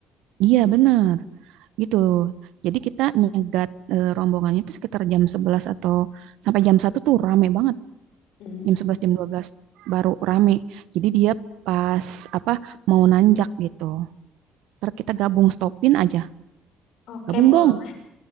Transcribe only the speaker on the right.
Iya, benar. Gitu. Jadi kita nyegat eh, rombongannya itu sekitar jam 11 atau sampai jam satu tuh rame banget.
Jam 11 jam 12 baru rame. Jadi dia pas apa mau nanjak gitu. Ntar kita gabung stopin aja.
Gabung
dong.